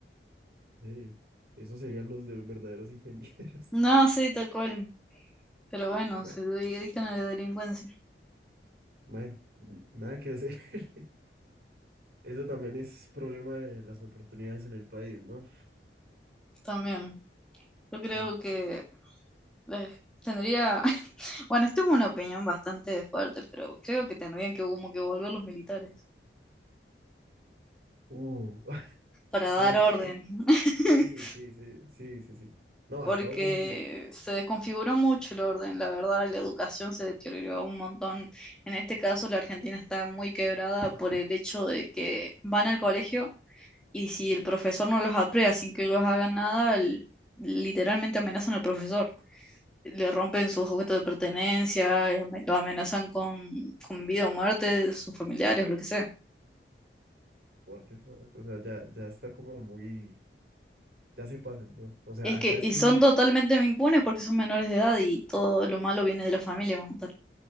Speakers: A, on the right; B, in the centre.
A: Sí, esos serían los de verdaderos ingenieros.
B: No, sí, tal cual. Pero bueno,
A: <laughs> Na-
B: se dedican a la delincuencia
A: bueno, nada que hacer. <laughs> Eso también es problema de las oportunidades en el país, ¿no?
B: también. Yo creo
A: Mm.
B: que eh, tendría... <laughs> Bueno, esto es una opinión bastante fuerte, pero creo que tendrían que como que volver los militares
A: Uh, <laughs>
B: para
A: fuerte.
B: dar orden. <laughs>
A: Sí, sí, sí, sí, sí, sí. No,
B: porque
A: acá un...
B: se desconfiguró mucho el orden, la verdad, y la educación se deterioró un montón. En este caso, la Argentina está muy quebrada por el hecho de que van al colegio y si el profesor no los aprea sin que ellos hagan nada, l- literalmente amenazan al profesor. Le rompen sus objetos de pertenencia, y ame- lo amenazan con, con vida o muerte de sus familiares, lo que sea.
A: What the fuck? O sea, ya, ya está como muy... Ya se pasan, ¿no? O sea,
B: Es
A: acá
B: que, y
A: sí,
B: son totalmente impunes porque son menores de edad y todo lo malo viene de la familia como tal.